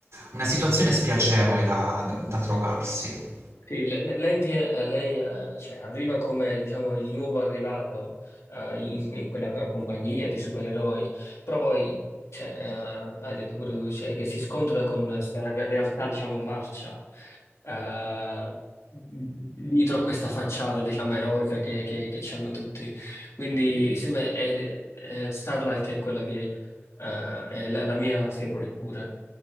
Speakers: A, on the right; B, on the left.
A: una situazione spiacevole da, da- da trovarsi.
B: Sì, le- le- lei, vi- eh, lei, eh, cioè, arriva come diciamo, il nuovo arrivato eh, in, in quella compagnia di supereroi, però poi cioè, eh, hai detto pure tu cioè, che si scontra con questa realtà diciamo, marcia eh, dietro a questa facciata diciamo, eroica che, che, che ci hanno tutti. Quindi sì, beh, è- è- Starlight è quella che eh, è la, la mia favorite pure.